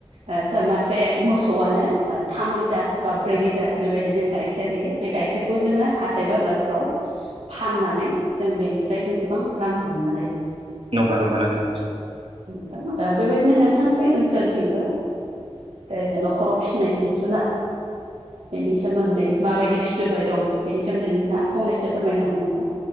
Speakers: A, on the right (about 75°); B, on the right (about 60°).
A: ओ सा मासे मोसौआनो थाम लिटार बा ब्रै लिटार बेबायदि जों गाइखेर होयो बे गाइखेरखौ जोंङो हाथाय बाजारफ्राव फाननानै जों बेनिफ्राय जों गोबां रां मोन्ना हाय
B: नंगौ नंगौ नोंथां।
A: जों ओ बे बायदिनो नोंथांमोननि ओनसोलथिंबो ए न'खराव फिसिनाय जिब जुनार बेनि सोमोन्दै माबायदि फि बोबाय दं बेनि सोमोन्दै नोंथांङा फंनैसो फोरमायनो हागोन नामा?